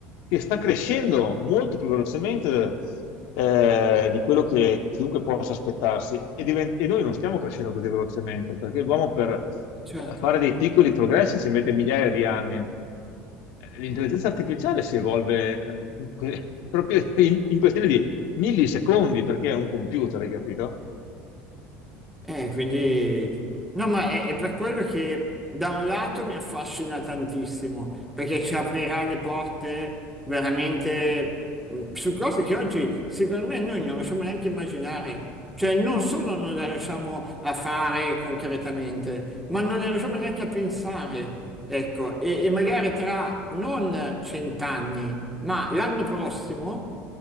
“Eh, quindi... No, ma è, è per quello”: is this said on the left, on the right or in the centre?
Centre